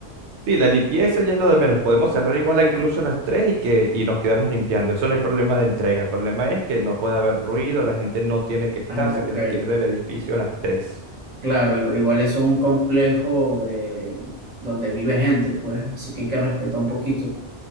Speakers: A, on the right (about 75°); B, on the right (about 40°).
A: Sí, la limpieza ya es lo de menos. Podemos cerrar igual a incluso a las 3 y, que, y nos quedamos limpiando. Eso no hay problema de entrega. El problema es que no puede haber ruido, la gente no tiene que estar,
B: Ah,
A: se
B: ok.
A: tiene que ir del edificio a las tres.
B: Claro, igu- igual eso es un complejo eh, donde vive gente, pues, así que hay que respetar un poquito.